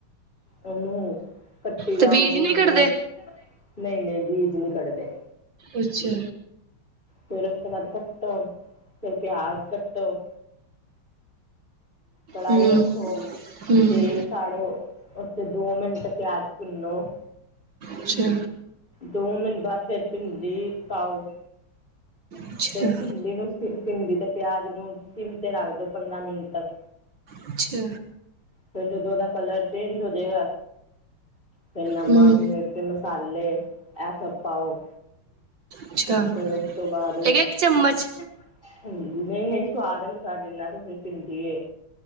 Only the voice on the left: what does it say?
ਉਹਨੂੰ ਕੱਟੀ ਜਾਓ
ਗੋਲ
ਗੋਲ ਨਹੀਂ ਨਹੀਂ ਬੀਜ ਨਹੀਂ ਕੱਢਦੇ।
ਫਿਰ ਉਸ ਤੋਂ ਬਾਅਦ ਕੱਟੋ ਫਿਰ ਪਿਆਜ ਕੱਟੋ। ਕੜਾਹੀ
ਰੱਖੋ
ਤੇਲ ਸਾੜੋ ਉਥੇ ਦੋ ਮਿੰਟ ਪਿਆਜ ਭੁੰਨੋ।
ਦੋ ਮਿੰਟਾਂ ਤੇ ਭਿੰਡੀ ਪਾਓ।
ਫਿਰ ਭਿੰਡੀ ਨੂੰ ਭਿੰਡੀ ਤੇ ਪਿਆਜ ਨੂੰ ਸਿਮ ਤੇ ਰੱਖ ਦੋ ਪੰਦਰਾਂ ਮਿੰਟ ਤੱਕ।
ਫਿਰ ਜਦੋਂ ਉਹਦਾ ਕਲਰ ਚੇਂਜ ਹੋਜੇਏਗਾ ਫਿਰ ਨਮਕ
ਨਮਕ ਮਸਾਲੇ ਇਹ ਸਭ ਪਾਓ।
ਫੇਰ ਉਸ ਤੋਂ ਬਾਦ ਹਾਂਜੀ
ਨਈ-ਨਈ ਸਵਾਦ ਅਨੁਸਾਰ ਜਿਨਾਂ <unintelligible> ਏ।